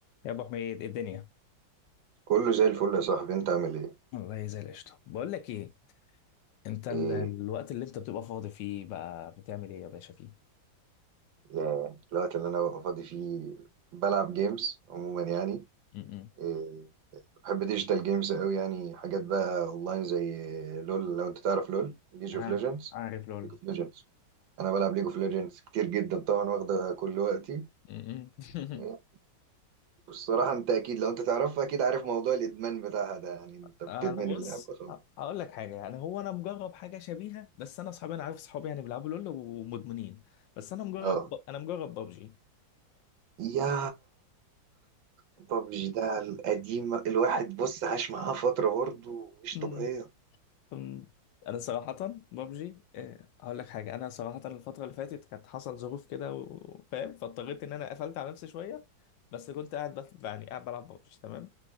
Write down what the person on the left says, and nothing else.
يا ابو حميد إيه الدنيا
والله زي القشطه بقول لك ايه انت ال-
الوقت اللي انت بتبقى فاضي فيه بقى بتعمل ايه يا باشا فيه
م-م.
ع-
عارف لول
م-م.
<laughs>
انا بص
أ- اقول لك حاجه يعني هو انا مجرب حاجه شبيهه بس انا اصحابي انا عارف اصحابي يعني بيلعبوا لول ومدمنين بس انا مجرب
انا مجرب ببجي
تمام
أم، انا صراحه ببجي أه هقول لك حاجه انا صراحه الفتره اللي فاتت كانت حصل ظروف كده و- وفاهم فاضطريت ان انا قفلت على نفسي شويه بس كنت قاعد بف... يعني قاعد بلعب ببجي تمام